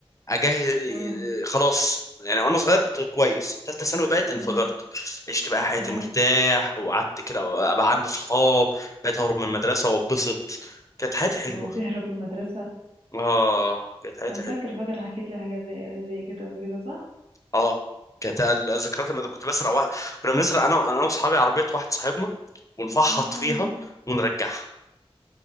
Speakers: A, on the left (about 30°); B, on the right (about 75°).
A: اجهز
B: مم.
A: خلاص يعني وانا صغير كنت كويس ثالثه ثانوي بقت انفجرت
B: مم.
A: عشت بقى حياتي
B: مع
A: مرتاح
B: ان
A: وقعدت كده بقى عندي صحاب بقيت اهرب من المدرسه واتبسط كانت حياتي حلوه
B: هو تهرب من المدرسة
A: اه كانت حياتي
B: أنا
A: حلوه
B: فاكر فاكر حكيت لي حاجة زي زي كده قبل كده صح؟
A: اه كانت الذكريات اللي كنت بسرق واحد كنا بنسرق انا انا واصحابي عربيه واحد صاحبنا ونفحط
B: يا
A: فيها
B: الله
A: ونرجعها